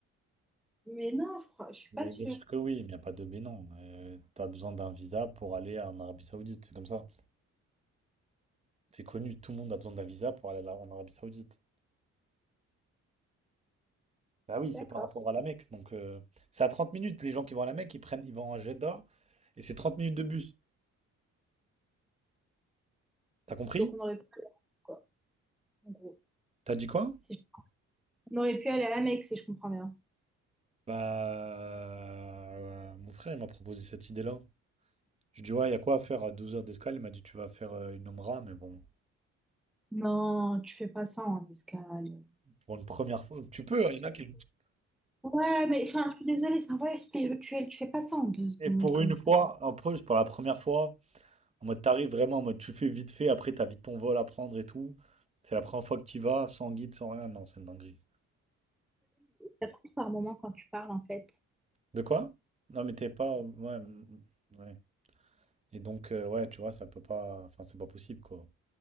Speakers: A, in the centre; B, on the right.
A: Mais non, je crois, je suis
B: Mais
A: pas sûre.
B: bien sûr que oui, mais il n'y a pas de mais non. Euh, t'as besoin d'un visa pour aller en Arabie Saoudite, c'est comme ça. C'est connu, tout le monde a besoin d'un visa pour aller là- en Arabie Saoudite. Bah oui, c'est
A: D'accord.
B: par rapport à la Mecque. Donc, euh, c'est à 30 minutes. Les gens qui vont à la Mecque, ils prennent, ils vont à Jeddah et c'est 30 minutes de bus. T'as compris?
A: Donc on aurait pu aller à la Mecque, quoi, en gros.
B: T'as dit quoi?
A: Si je- On aurait pu aller à la Mecque, si je comprends bien.
B: Bah, euh, mon frère, il m'a proposé cette idée-là. Je dis, ouais, il y a quoi à faire à 12 heures d'escale? Il m'a dit, tu vas faire euh, une Omra, mais bon,
A: Non, tu fais pas ça en escale.
B: pour une première fois, tu peux, hein, il y en a qui.
A: Ouais, mais enfin, je suis désolée, c'est un voyage spirituel. Tu fais pas ça en deux secondes
B: Et pour
A: comme
B: une
A: ça.
B: fois, en plus, pour la première fois, en mode, t'arrives vraiment, en mode, tu fais vite fait, après, t'as vite ton vol à prendre et tout. C'est la première fois que tu vas, sans guide, sans rien. Non, c'est une dinguerie.
A: Ça coupe par moment quand tu parles, en fait.
B: De quoi? Non, mais t'es pas. Ouais. mm, ouais. Et donc, euh, ouais, tu vois, ça peut pas. Enfin, c'est pas possible, quoi.